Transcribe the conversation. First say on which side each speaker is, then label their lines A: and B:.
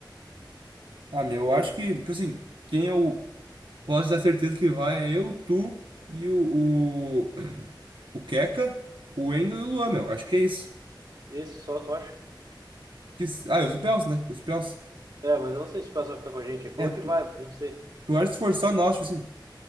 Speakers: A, on the right; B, on the right.
A: Ah, meu,
B: E
A: eu acho
B: aí,
A: que, tipo assim, quem eu posso dar certeza que vai é eu, tu e o, o, <clears throat> o Keka, o Engel e o Luan, meu. Acho que é isso.
B: esse só, tu acha?
A: Que, s- ah, e os Pels, né? Os Pels.
B: É, mas eu não sei se o pessoal vai ficar com a gente. Ele falou
A: É, tu,
B: que vai, mas não sei.
A: tu acha que se for só nós, tipo assim,